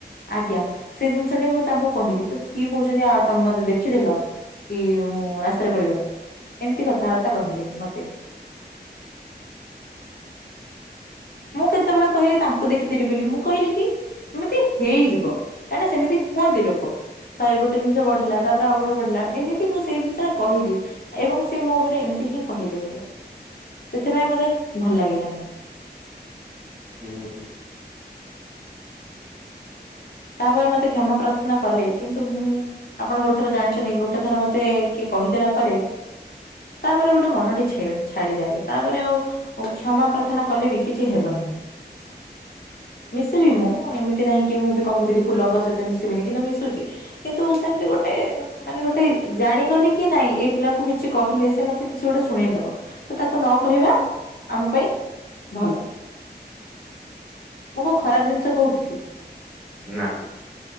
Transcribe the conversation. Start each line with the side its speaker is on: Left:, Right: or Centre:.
Left: ଆଜ୍ଞା ସେଇ ଜିନିଷ ଟ ମୁଁ ତାଙ୍କୁ କହିଲି ତ କିଏ କହୁଛନ୍ତି ଆଉ ତମେ ମତେ ଦେଖିଦଲ କି ମୁଁ ରାସ୍ତାରେ ଗଡିବାର ଏମିତି କଥାବାର୍ତ୍ତା କହିଲେ ମତେ ମୁଁ କେତେବେଳେ କହିଲି ତାଙ୍କୁ ଦେଖିଥିଲି ବୋଲି ମୁଁ କହିଲି କି ଏମିତି ହେଇଯିବ କାହିଁକିନା ସେମିତି କୁହନ୍ତି ଲୋକ ତାରେ ଗୋଟେ ପଢିଲା ତାପରେ ଆଉ ଗୋଟେ ପଢିଲା ଏମିତି ମୁଁ ସେଇ ଜିନିଷା କହିଲି ଏବଂ ସେ ମୋ ଉପରେ ଏମିତି ହିଁ କହିଦେ ସେଥିପାଇଁ ମତେ ଭଲ ଲାଗିଲା ନାାଇଁ
Centre: ହୁଁ ହୁ ହ
Left: ତାପରେ ମତେ କ୍ଷମା ପ୍ରାର୍ଥନା କଲେ କିନ୍ତୁ ମୁଁ ଆପଣ ଗୋଟେ ଥର ଜାଣିଛନ୍ତି ଗୋଟେ ଥର ମତେ କିଏ କହିଦେଲା ପରେ ତାପରେ ଗୋଟେ ମନଟି ଛାଡିଯାଏ ତାପରେ ଆଉ କ୍ଷମା ପ୍ରାର୍ଥନା କଲେ ବି କିଛି ହେବ ନାହିଁ ମିଶିବି ମୁଁ ଏମିତି ନାହିଁ କି ମୁଁ ବି କହୁଥିଲି ଫୁଲଙ୍କ ସହିତ ମିଶିବିନି କିନ୍ତୁ ମିଶୁଚି। କିନ୍ତୁ ସେମିତି ଗୋଟେ ମାନେ ଗୋଟେ ଜାଣିଗଲି କ କି ନାଇଁ ଏଇ ପିଲାକୁ କିଛି କହିଲେ ସେ ମତେ କିଛି ଗୋଟେ ଶୁଣେଇଦବ। ତ ତାକୁ ନ କହିବା ଆମ ପାଇଁ ଭଲ। ମୁଁ କୋଉ ଖରାପ ଜିନିଷ କହୁଥିଲି।
Centre: ନା।